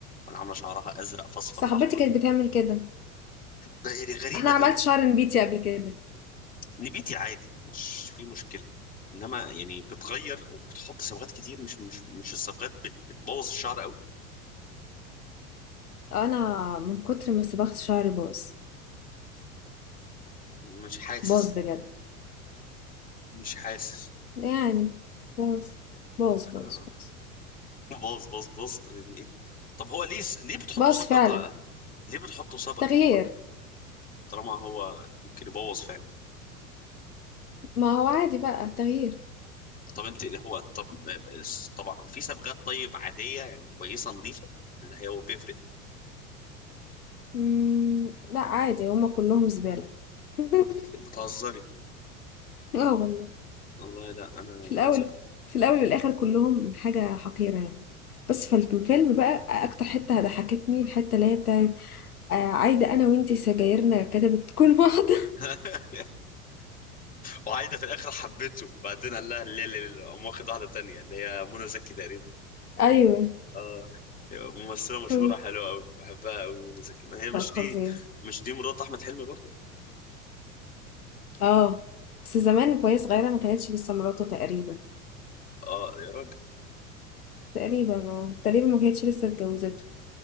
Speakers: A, on the left; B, on the left.
A: وأنا عاملة شعرها أزرق في أصفر
B: صاحبتي
A: في أحمر
B: كانت بتعمل كده
A: ده يعني غريبة
B: انا عملت
A: أوي
B: شعر نبيتي قبل كده
A: نبيتي عادي مش في مشكلة إنما يعني بتغير وبتحط صبغات كتير مش مش مش الصبغات بت- بتبوظ الشعر أوي
B: انا من كتر ما صبغت شعري باظ
A: مش حاسس
B: باظ بجد
A: مش حاسس
B: يعني باظ باظ باظ
A: آه.
B: باظ
A: باظ باظ باظ يعني ايه طب هو ليه س... ليه بتحطوا
B: باظ
A: صبغه
B: فعلا
A: طالعة؟ ليه بتحطوا صبغه
B: تغيير
A: طالما طالما هو يمكن يبوظ فعلا
B: ما هو عادي بقى تغيير
A: طب انت هو طب طبعا في صبغات طيب عاديه يعني كويسه نظيفه اللي هي هو بيفرق
B: مم، لا عادي هما كلهم زبالة <laughs>
A: بتهزري
B: اه والله
A: والله لا انا
B: في الأول
A: عايز
B: في الأول والآخر كلهم حاجة حقيرة يعني بس فالفيلم بقى أكتر حتة ضحكتني الحتة اللي هي بتاعت آه، عايدة أنا وإنتي سجايرنا كتبت تكون واحدة
A: <laughs> وعايده في الاخر حبيته بعدين قال لها لا لا لا قام واخد واحده تانية اللي هي منى زكي تقريبا
B: <laughs> أيوة
A: اه ممثله مشهوره
B: ف-
A: حلوه قوي بحبها قوي منى زكي ما هي مش دي
B: فظيع
A: مش دي مرات احمد حلمي برضو
B: اه بس زمان وهي صغيرة ما كانتش لسه مراته تقريبا
A: اه يا راجل
B: تقريبا اه تقريبا ما كانتش لسه اتجوزته